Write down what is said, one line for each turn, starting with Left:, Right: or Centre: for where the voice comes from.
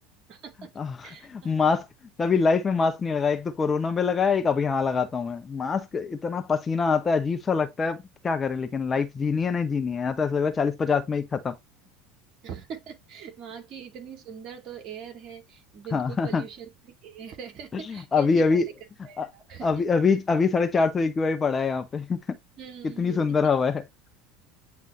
Right: <laughs>
Left: <laughs>
Right: हाँ।
Left: मास्क
Right: हम्म।
Left: कभी लाइफ में मास्क नहीं लगाया एक तो कोरोना में लगाया एक अब यहाँ लगाता हूँ मैं मास्क इतना पसीना आता है अजीब सा लगता है क्या करें लेकिन लाइफ जीनी है नहीं जीनी है यहाँ तो ऐसा लग रहा है चालीस पचास में ही खत्म
Right: <laughs> वहाँ की इतनी सुंदर तो एयर है बिल्कुल
Left: हाँ
Right: पोल्यूशन फ्री एयर है
Left: <laughs>
Right: <laughs>
Left: अभी
Right: कैसी
Left: अभी
Right: बातें करते हैं
Left: अ-
Right: यार आप
Left: अभी
Right: <laughs>
Left: अभी अभी साढ़े चार सौ एक्यूआई पड़ा है यहाँ पे <laughs>
Right: हम्म
Left: कितनी सुंदर हवा है